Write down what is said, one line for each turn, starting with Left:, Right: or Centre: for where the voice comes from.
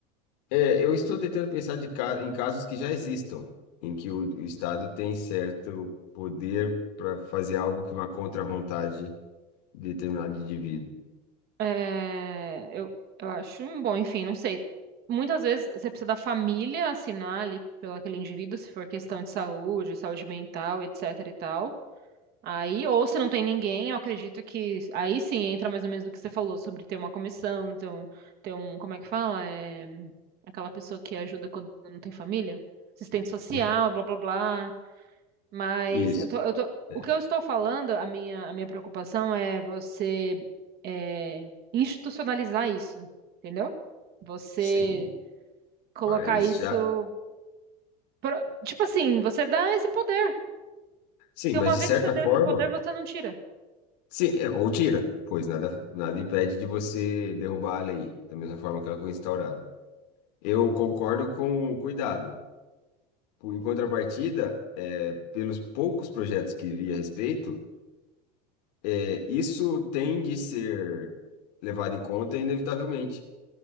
Left: é, eu estou tentando pensar de ca- em casos que já existam, em que o, o Estado tem certo poder para fazer algo que vá contra a vontade de determinado indivíduo.
Right: É, eu, eu acho um bom, enfim, não sei. Muitas vezes você precisa da família assinar ali pelo aquele indivíduo, se for questão de saúde, saúde mental, etc e tal. Aí, ou se não tem ninguém, eu acredito que aí sim entra mais ou menos no que você falou sobre ter uma comissão, ter um, ter um, como é que fala? É, aquela pessoa que ajuda quando não tem família, assistente social,
Left: Tu-
Right: blá blá blá. Mas
Left: Isso.
Right: eu tô, eu tô,
Left: É,
Right: o que eu estou falando, a minha, a minha preocupação é você é, institucionalizar isso, entendeu? Você
Left: sim,
Right: colocar
Left: mas
Right: isso.
Left: já.
Right: pro- Tipo assim, você dá esse poder.
Left: Sim,
Right: Porque
Left: mas
Right: uma
Left: de
Right: vez
Left: certa
Right: que você deu
Left: forma.
Right: esse poder, você não tira.
Left: Sim, é, ou tira, pois nada, nada impede de você derrubar a lei, da mesma forma que ela foi instaurada. Eu concordo com o cuidado. Por- Em contrapartida, é, pelos poucos projetos que vi a respeito, é, isso tem de ser levado em conta inevitavelmente,